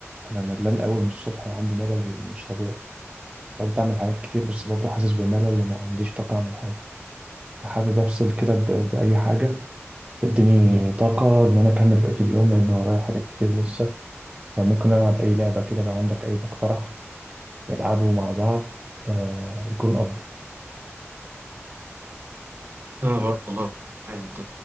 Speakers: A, on the right (about 25°); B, on the right (about 45°).
A: انا ملان قوي من الصبح وعندي ملل مش طبيعي حاولت اعمل حاجات كتير بس برضه حاسس بملل وما عنديش طاقه اعمل حاجه حابب افصل كده ب- باي حاجه تديني طاقه ان انا اكمل بقيه اليوم لان ورايا حاجات كتير لسه فممكن العب اي لعبه كده لو عندك اي مقترح نلعبه مع بعض آه يكون افضل
B: أنا برضه قاعد